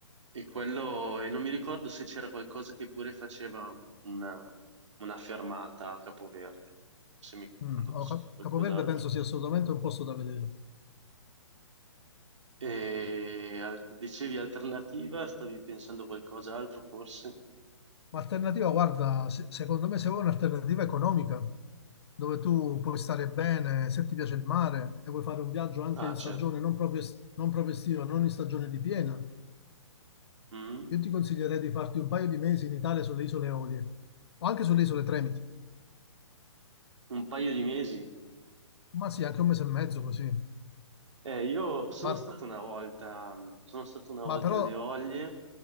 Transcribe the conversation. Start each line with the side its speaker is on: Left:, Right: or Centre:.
Right: e quello, e non mi ricordo se c'era qualcosa che pure faceva una, una fermata a Capoverde, se mi confondo
Left: Mm.
Right: forse
Left: Allora, Cap-
Right: con qualcos'altro.
Left: Capoverde penso sia assolutamente un posto da vedere.
Right: E al- dicevi alternativa, stavi pensando a qualcos'altro forse?
Left: Ma alternativa, guarda, se- secondo me se vuoi un'alternativa economica, dove tu puoi stare bene, se ti piace il mare e vuoi fare un viaggio anche
Right: Ah,
Left: in
Right: certo.
Left: stagione non proprio, es- non proprio estiva, non in stagione di piena,
Right: Mm,
Left: Io ti consiglierei di farti un paio di mesi in Italia sulle isole Eolie o anche sulle isole Tremiti.
Right: un paio di mesi.
Left: Ma sì, anche un mese e mezzo così.
Right: Eh, io sono
Left: Ma,
Right: stato una volta, mm, sono stato una volta
Left: ma però,
Right: alle Olie,